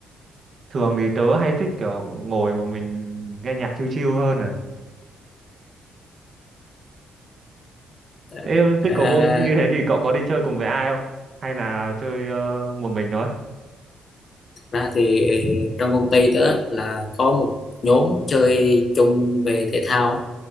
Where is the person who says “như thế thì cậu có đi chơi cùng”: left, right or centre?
Right